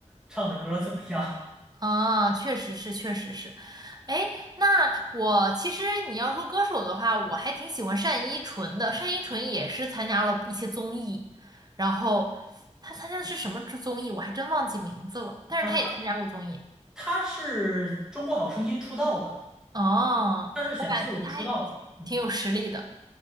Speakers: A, in the centre; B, on the right (about 30°).
A: 唱的歌怎么样
B: 啊，确实是，确实是。哎，那我其实你要说歌手的话，我还挺喜欢单依纯的，单依纯也是参加了一些综艺，然后他参加的是什么综艺，我还真忘记名字了，但是他也参加过综艺，
A: 啊。他他是中国好声音出道的，
B: 哦，
A: 他是选秀出道的。
B: 我感觉他还
A: 嗯，
B: 挺有实力的。